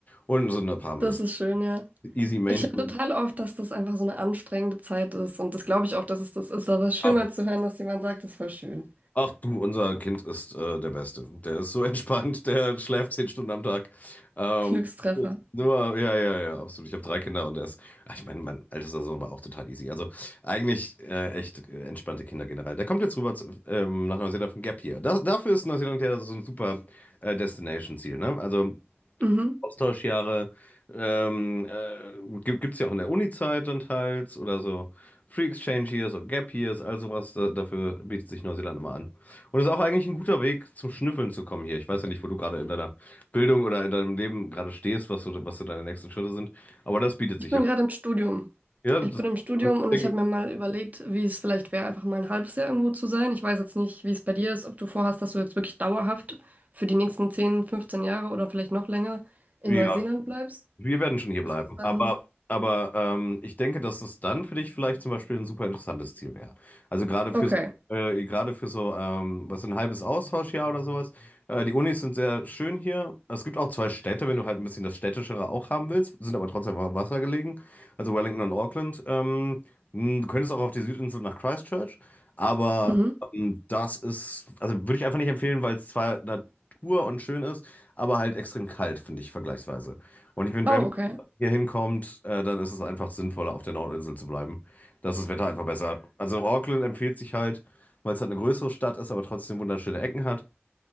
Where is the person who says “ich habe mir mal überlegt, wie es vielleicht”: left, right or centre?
Right